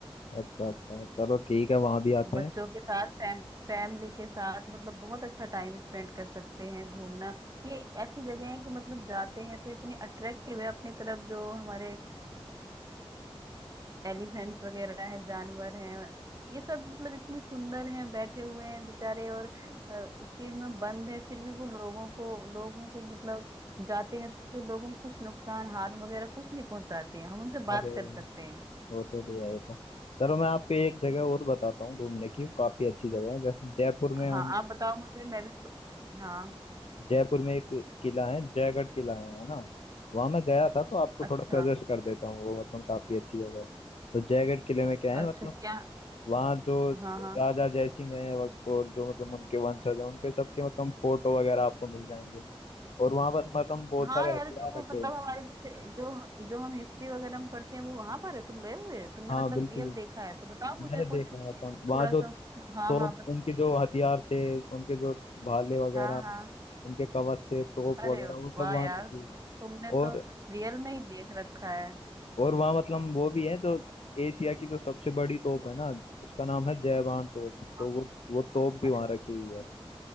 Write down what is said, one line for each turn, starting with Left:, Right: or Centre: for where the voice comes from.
Left: अच्छा अच्छा चलो ठीक है वहां भी आते
Right: बच्चों
Left: हैं
Right: के साथ फैम, फैमिली के साथ मतलब बहुत अच्छा टाइम स्पेंड कर सकते हैं घूमना ये ऐसी जगह है कि मतलब जाते हैं तो इतनी अट्रैक्टिव है अपनी तरफ जो हमारे एलिफेंट्स वगैरह है जानवर हैं ये सब मतलब इतने सुंदर हैं बैठे हुए हैं बेचारे और अ, उस चीज में बंद है फिर भी वो लोगों को लोगों को मतलब जाते हैं तो लोगों को कुछ नुकसान हार्म वगैरह कुछ नहीं पहुंचाते हैं हम उनसे
Left: अरे
Right: बात कर सकते हैं
Left: वो तो ले आए तो चलो मैं आपको एक जगह और बताता हूँ घूमने की काफी अच्छी जगह है जैसे जयपुर में हम
Right: हाँ आप बताओ मुझे मैं भी सो- हाँ
Left: जयपुर में एक किला है जयगढ़ किला है है ना वहां मैं गया था तो आपको थोड़ा
Right: अच्छा
Left: सजेस्ट कर देता हूँ वो मतलब काफी अच्छी जगह है तो जयगढ़ किले में क्या
Right: अच्छा
Left: है मतलब
Right: क्या
Left: वहाँ जो
Right: हाँ हाँ
Left: राजा जयसिंह है और जो मतलब उनके वंशज हैं उनके सबके मतलब फोटो वगैरह आपको मिल जाएंगे और वहां पर मतलब बहुत
Right: हाँ
Left: सारे
Right: यार
Left: हथियार
Right: जो वो
Left: रखे
Right: मतलब
Left: हुए हैं
Right: हमारे जैसे जो जो हम हिस्ट्री वगैरह में पढ़ते हैं वो वहां पर है तुम गए हुए हो? तुमने
Left: हाँ
Right: मतलब
Left: बिल्कुल
Right: रियल देखा है तो बताओ मुझे
Left: मैंने
Right: कुछ
Left: देखा है मतलब वहाँ
Right: थोड़ा
Left: जो
Right: सा हाँ
Left: तोप
Right: हाँ
Left: उनके जो हथियार थे उनके जो भाले वगैरह
Right: हाँ हाँ
Left: उनके कवच थे तोप
Right: अरे
Left: वगैरह वो सब
Right: वाह
Left: वहाँ
Right: यार
Left: रखी हुई है।
Right: तुमने
Left: और
Right: तो रियल में ही देख रखा है
Left: और वहाँ मतलब वो भी है तो एशिया की जो सबसे बड़ी तोप है ना उसका नाम है जयवान तोप तो
Right: हाँ।
Left: वो वो तोप भी
Right: अच्छा
Left: वहाँ रखी हुई है